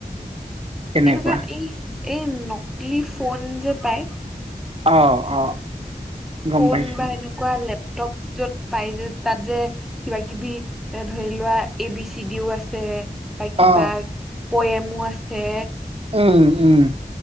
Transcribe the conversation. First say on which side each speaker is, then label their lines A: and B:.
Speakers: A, on the right (about 40°); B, in the centre.
A: কেনেকুৱা
B: এনেকুৱা এই, এই নকলি ফোন যে পায়।
A: অ', অ'। গম
B: ফোন
A: পাইছো
B: বা এনেকুৱা লেপটপ য'ত পাই যে, তাত যে কিবা কিবি এ ধৰি লোৱা এ বি চি ডিও আছে, বা কিবা
A: অ
B: পৱেমও আছে।
A: উম, উম।